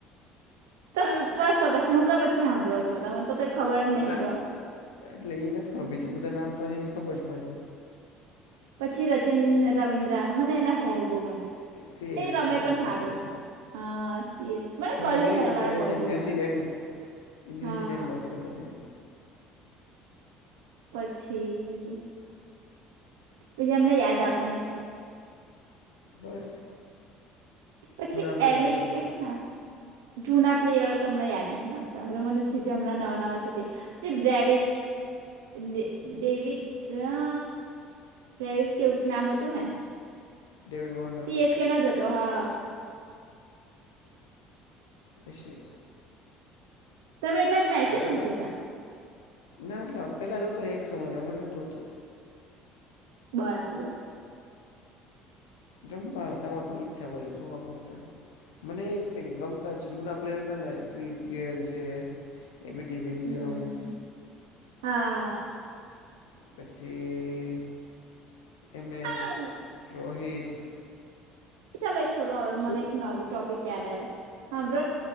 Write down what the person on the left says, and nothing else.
ના
એટલે એ નથી ખબર, બીજા બધા નામ તો હ એ ખબર જ પાછું.
સી
એસ
કેમાંસે
આઈ તો
એ
ઇન્ડિયાનો
પ્લેયર
છે ન્યૂઝીલેન્ડ
ન્યૂઝીલેન્ડ
માંથી રમે છે એ
બસ.
જૂના પ્લેયરો
કંઈક
ડેવિ બોર્ન.
પશી
બરાબર
છે, ના એટલે પેલા જોતો એક સમય હવે નથ જોતો.
રમવા જવાની ઈચ્છા હોય જોવા કરતા. મને એ જ થ કે ગમતા જ જૂના પ્લેયર હતા ને, ક્રિસ ગેલ જે એ બી ડી વિલ્યમસ.
પછી એમ એસ
રોહિત.
શું